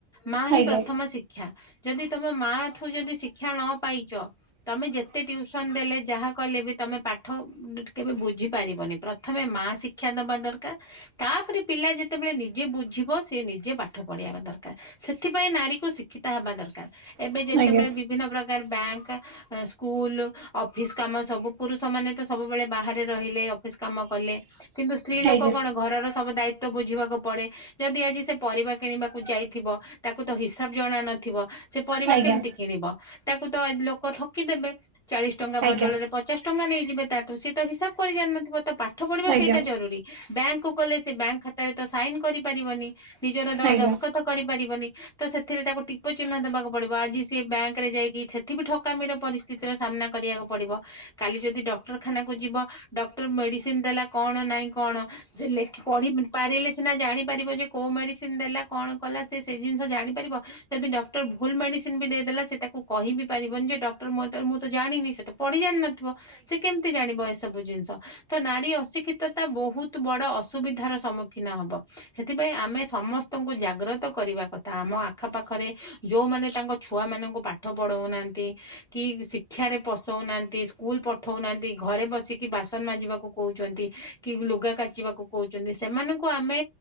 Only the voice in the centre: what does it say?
ମାଆ ହିଁ
ପ୍ରଥମ ଥମ ଶିକ୍ଷା ଯଦି ତମ ମାଆଠୁ ଯଦି ଶିକ୍ଷା ନ ପାଇ ଚ ତମେ ଯେତେ ଟ୍ୟୁସନ୍ ଦେଲେ ଯାହା କଲେ ବି ତମେ ପାଠ କେବେ ବୁଝିପାରିବନି ପ୍ରଥମେ ମାଆ ଶିକ୍ଷା ଦବା ଦରକାର। ତାପରେ ପିଲା ଯେତେବେଳେ ନିଜେ ବୁଝିବ ସିଏ ନିଜେ ପାଠ ପଢିବା ଦର କା ସେଥିପାଇଁ ନାରୀକୁ ଶିକ୍ଷିତ ହବା ଦରକାର ଏବେ
ଯେତେବେଳେ
ବିଭିନ୍ନ ପ୍ରକାର ବ୍ୟାଙ୍କ ଅ ସ୍କୁଲୁ ଅଫିସ କାମ ସବୁ ପୁରୁଷମାନେ ତ ସବୁବେଳେ ବାହାରେ ରହିଲେ ଅଫିସ କାମ କଲେ କିନ୍ତୁ ସ୍ତ୍ରୀଲୋକ
କଣ ଘରର ସବୁ ଦାୟି ତ୍ୱ ବୁଝିବାକୁ ପଡେ ଯଦି ଆଜି ସେ ପରିବା କିଣିବାକୁ ଯାଇ ଥିବ ତାକୁ ତ ହିସାବ ଜଣା ନଥିବ ସେ ପରିବା
କେମତି କିଣିବ ତାକୁ ତ ଆ ଲୋକ ଠକିଦେବେ ଚାଳିଶ ଟଙ୍କା
ବଦଳରେ ପ ପଚାଶ ଟଙ୍କା ନେଇଯିବେ ତାଠୁ ସିଏ ତ ହିସାବ କରି ଜାଣିନଥିବ ତ ପାଠପଢିବା
ସେଇଟା
ଜରୁରୀ। ବ୍ୟାଙ୍କକୁ ଗଲେ ସେ ବ୍ୟାଙ୍କ ଖାତାରେ ତ ସାଇନ କରିପାରିବନି ନିଜର ଦ-ଦସ୍କତ
କରିପାରି ବନି ତ ସେଥିରେ ତାକୁ ଟି ପ ଚିହ୍ନ ଦେବାକୁ ପଡିବ ଆଜି ସିଏ ବ୍ୟାଙ୍କରେ ଯାଇକି ସେଠି ବିି ଠକାମିର ପରିସ୍ଥିତିର ସ୍ ସାମ୍ନା କରିବାକୁ ପଡିବ କାଲି ଯଦି ଡକ୍ଟରଖାନ ଯିବ ଡକ୍ଟର ମେଡିସିନ ସିନ୍ ଦେଲା କଣ ନାଇଁ କଣ ସେ ଲେଖି ପଢି ପାରିଲେ ସିନା ଜାଣିପାରିବ ଯେ କୋଉ ମେଡିସିନ ଦେଲା କଣ କଲା ସେ ସେ ଜିନିଷ ଜାଣିପାରିବ। ଯଦି ଡକ୍ଟର ଭୁଲ ମେଡିସିନ ବି ଦେଇଦେଲା ସେ ତାକୁ କହିବି ପାରିବନି ଯେ ଡକ୍ଟର ମୁଁ ଏଟା ମୁଁ ତ ଜାଣିନି ସେତ ପଢି ଜାଣିିନଥିବ ସେ କେମତି ଜାଣିବ ଏସବୁ ଜିନିଷ ତ ନାରୀ ଅ ଅଶିକ୍ଷିତତା ବୋହୁତ ବଡ ଅସୁବିଧାର ସମ୍ମୁଖୀନ ହବ ସେଥିପାଇଁ ଆମେ ସମସ୍ତଙ୍କୁ ଜା ଜାଗ୍ରତ କରିବା କଥା ଆମ ଆଖପାଖରେ ଯୋଉମାନେ ତାଙ୍କ ଛୁଆମାନଙ୍କୁ ପାଠ ପଢ଼ୋଉନାହାନ୍ତି କି ଶିକ୍ଷାରେ ପସଉନାହାନ୍ତି ସ୍କୁଲ ପଠୋଉନାହାନ୍ତି ଘରେ ବସିକି ବାସନ ମାଜିବାକୁ କୋହୁଚନ୍ତି। କି ଲୁଗା କାଚିବାକୁ କୋହୁଚନ୍ତି ସେମାନଙ୍କୁ ଆମେ